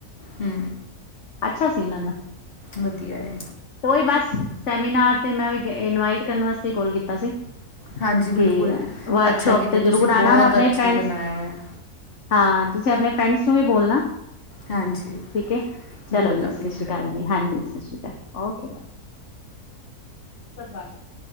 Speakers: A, on the left (about 35°); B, on the left (about 50°).
A: ਹੂੰ,
B: ਅੱਛਾ ਸੀ ਉਨਾ ਦਾ।
A: ਵਧੀਆ ਐ।
B: ਉਹੀ ਬਸ ਸੈਮੀਨਾਰ ਤੇ ਮੈਂ ਇਨਵਾਈਟ ਕਰਨ ਵਾਸਤੇ ਕੋਲ ਕੀਤਾ ਸੀ।
A: ਹਾਂਜੀ ਬਿਲਕੁਲ
B: ਕਿ ਵਰਕਸ਼ੋਪ
A: ਅੱਛਾ ਕੀਤਾ
B: ਤੇ
A: ਤੁਸੀਂ
B: ਜ਼ਰੂਰ
A: ਬਹੁਤ
B: ਆਣਾ ਹੁਣ ਆਪਣੇ
A: ਅੱਛਾ
B: ਫਰੈਂਡਸ
A: ਬਣਾਇਆ ਹੋਇਆ
B: ਹਾਂ ਤੁਸੀਂ ਆਪਣੇ ਫਰੈਂਡਸ ਨੂੰ ਵੀ ਬੋਲਣਾ।
A: ਹਾਂਜੀ
B: ਠੀਕ ਐ ਚਲੋ
A: ਬੋਲਾਂਗੇ
B: ਜੀ ਸਤਿ ਸ਼੍ਰੀ ਅਕਾਲ ਜੀ ਹਾਂਜੀ ਸਤਿ ਸ਼੍ਰੀ ਅਕਾਲ ਓਕੇ। <inaudible>